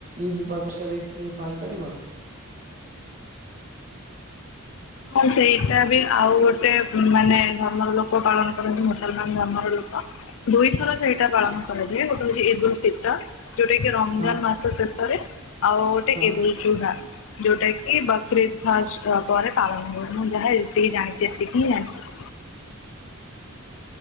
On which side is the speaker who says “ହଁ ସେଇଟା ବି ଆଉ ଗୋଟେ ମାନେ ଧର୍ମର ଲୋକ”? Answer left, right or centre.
Left